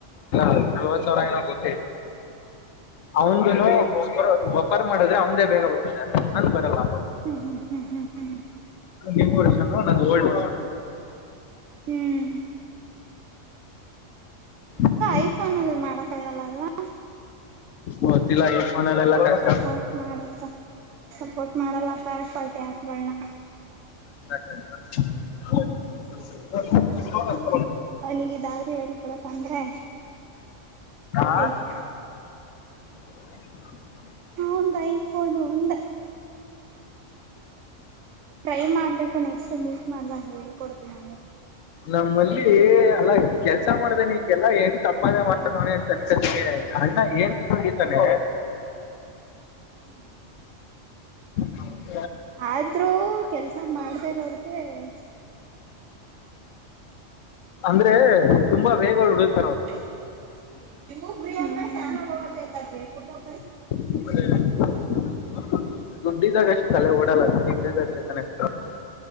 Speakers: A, on the left; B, on the right.
A: ನಲ್ವತ್ ಸಾವಿರ ನ ಗೊತ್ತ ಅವಂದನು ವಪರ್ ಮಾಡುದೆ ಅವದೇ ಬೇಗ ಬರ್ತ್ತದೆ ನನ್ ಬರಲ್ಲ
B: ಹ್ಮ್ ಹ್ಮ್ ಹ್ಮ್ ಹ್ಮ್ ಹ್ಮ್
A: ನೀವು ವರ್ಷ ನ ಒಳ್ಳ
B: ಹ್ಮ್
A: ಹ್ಮ್ಮ್.
B: ಐಫೋನಲ್ಲ ಮಾಡಕ್ಕಾಗಲ್ಲ ಅಲ್ವಾ.
A: ಗೊತ್ತಿಲ್ಲ ಫೋನಲ್ಲೆಲ್ಲ ಕಷ್ಟ
B: ಸಪೋರ್ಟ್ ಮಾಡತ್ತ ಸಪೋರ್ಟ್ ಮಾಡಲ್ಲ ಸಕಲ್ಟೆ ಆಪ್ ಗಳನ್ನ
A: <inaudible>
B: ಅವನಗ ಇದಾದ್ರೂ ಹೇಳಿ ಕೊಡಪ್ಪ ಅಂದ್ರೆ.
A: ಆ
B: ಹೈಫಾ.
A: <inaudible>
B: ಅವಂದು ಐಫೋನು ಒಂದ. ಟ್ರೈ ಮಾಡ್ಬೇಕು ನೆಕ್ಸ್ಟ್ ಮೀಟ್ ಮಾಡದ ಹೇಳ್ಕೊಡ್ತೀನಿ ನಲ್ಲಿ.
A: ನಮ್ಮಲ್ಲಿ ಅಲ್ಲಾ ಕೆಲ್ಸ ಮಾಡ್ದಾನೆ ಹಿಂಗೆಲ್ಲಾ ಏನ್ ಸಂಪಧನೆ ಮಾಡ್ತವಾನೆ ಅಂತ ಅನ್ಕತ್ತೆ ಅಣ್ಣ ಏನ್ ಮಾಡಡಿತಾನೆ.
B: ಹಾ.
A: ಹೌ
B: ಆದ್ರೂ ಕೆಲ್ಸ. ಹ ಮಾಡ್ದೇ ಇರೋರಿಗೆ. <inaudible>
A: ಅಂದ್ರೆ ತುಂಬಾ ವೇಗ ಹುಡುಕ್
B: <inaudible> <unintelligible>
A: <inaudible> ದುಡ್ಡಿದಾಗ ಅಷ್ಟು ತಲೆ ಓಡಲ್ಲ ಅದು ಬಡ್ಡಿದಾಗಲೆ ತನಷ್ಟ